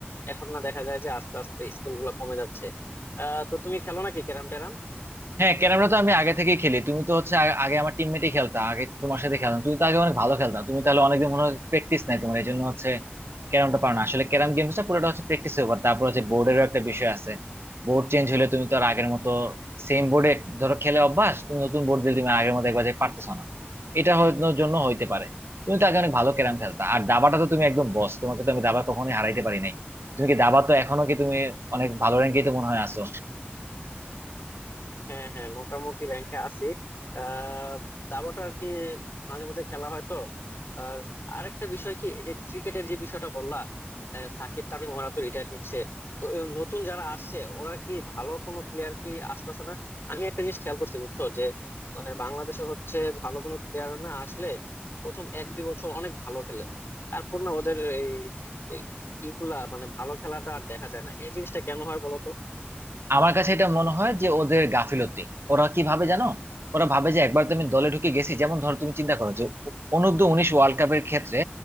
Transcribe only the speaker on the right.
হ্যাঁ ক্যারামটা তো আমি আগে থেকেই খেলি তুমি তো হচ্ছে আ- আগে আমার টিমমেটই খেলতা আগে তোমার সাথে খেলতাম তুমি তো আগে অনেক ভালো খেলতা তুমি তাহলে অনেকদিন মনে হয় প্র্যাকটিস নাই তোমার এই জন্য হচ্ছে ক্যারামটা পারো না আসলে ক্যারাম গেমসটা পুরোটা হচ্ছে প্র্যাকটিস ব্যাপার তারপর হচ্ছে বোর্ডেরও একটা বিষয় আছে বোর্ড চেঞ্জ হলে তুমি তো আর আগের মতো সেম বোর্ডে ধরো খেলে অভ্যাস তুমি নতুন বোর্ড দিলে তুমি আগের মতো একবার যে পারতেছো না এটা হওয়ার জন্য হইতে পারে তুমি তো আগে অনেক ভালো ক্যারাম খেলতা আর দাবাটা তো তুমি একদম বস তোমাকে তো আমি দাবা কখনোই হারাইতে পারি নাই তুমি কি দাবা তো এখনো কি তুমি অনেক ভালো র্যাঙ্কেই তো মনে হয় আছো
আমার কাছে এটা মনে হয় যে ওদের গাফিলতি ওরা কি ভাবে জানো ওরা ভাবে যে একবার তুমি দলে ঢুকে গেছি যেমন ধরো তুমি চিন্তা করো যে অনূর্ধ্ব উনিশ ওয়ার্ল্ড কাপের ক্ষেত্রে